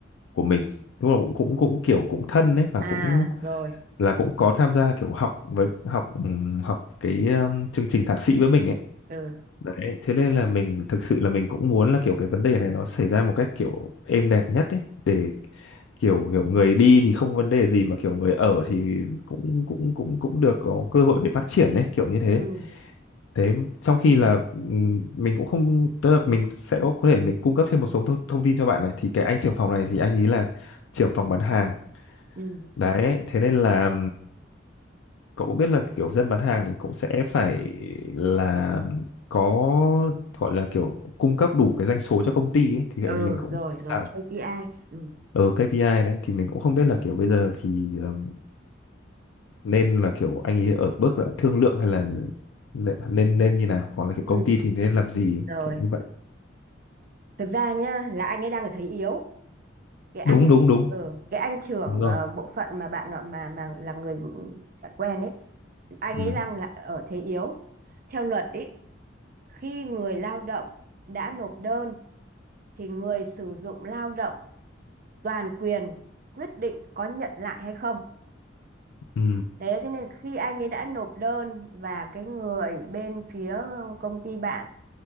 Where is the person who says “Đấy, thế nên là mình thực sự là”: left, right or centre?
Left